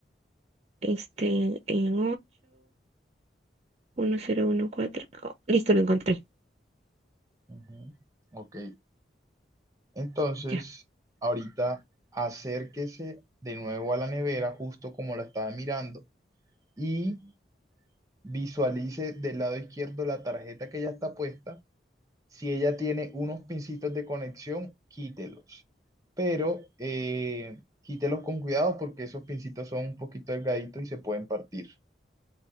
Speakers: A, on the right; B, on the right.
A: este en 8, 1014. oh, listo, lo encontré.
B: Ujú, Ok. Entonces,
A: Ya,
B: ahorita acérquese de nuevo a la nevera, justo como la estaba mirando, y visualice del lado izquierdo la tarjeta que ya está puesta. Si ella tiene unos pincitos de conexión, quítelos, pero eh, quítelos con cuidado porque esos pincitos son un poquito delgaditos y se pueden partir.